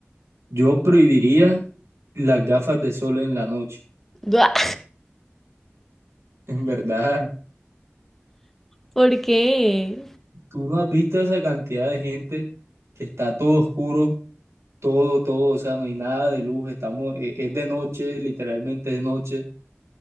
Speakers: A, on the right; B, in the centre.
A: yo prohibiría las gafas de sol en la noche.
B: Buah,
A: En verdad,
B: <laughs> ¿Por qué?
A: tú no has visto esa cantidad de gente que está todo oscuro, todo, todo, o sea, no hay nada de luz, estamos, e- es de noche, literalmente es noche,